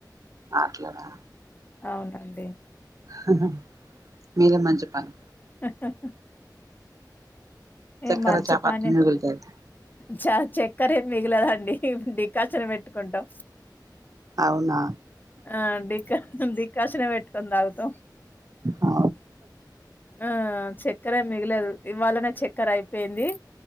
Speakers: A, on the right (about 50°); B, on the left (about 25°).
A: అట్లానా
B: అవునండి
A: హహ మీరే మంచిపని
B: హహ హా
A: చక్కర
B: ఏ మంచి
A: చపాతి
B: పని
A: మిగులుతాయి
B: చ చెక్కర్ ఏ మిగిలద అండి మేము డికాషన్ పెట్టుకుంటాం
A: అవునా
B: ఆ డికాషన్ డికాషన్ పెట్టుకొని తాగుతాం
A: ఆ
B: ఆ చక్కర ఏం మిగులదు ఇవాళనే చే క్కర అయిపెంది